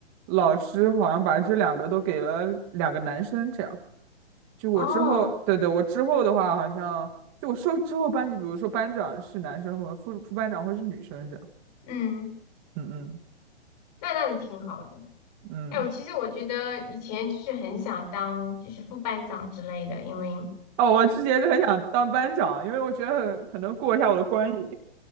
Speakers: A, on the right; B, on the left.
A: 老师好像把这两个都给了两个男生，这样。就我之后，
B: 哦，
A: 对对，我之后的话，好像就我说之后班级，比如说班长是男生和副副班长会是女生这样。
B: 嗯，
A: 嗯嗯
B: 那那挺好的。
A: 嗯。
B: 哎，我其实我觉得以前就是很想当就是副班长之类的，因为。
A: 哦，我之前是很想当班长，因为我觉得很很能过一下我的关瘾。